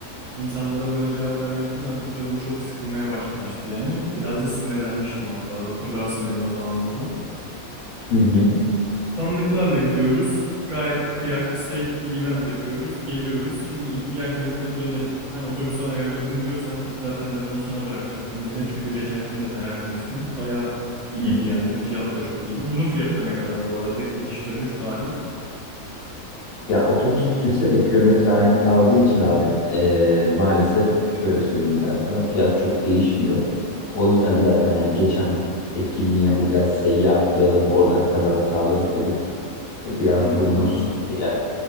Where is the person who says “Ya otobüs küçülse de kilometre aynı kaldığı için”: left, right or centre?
Left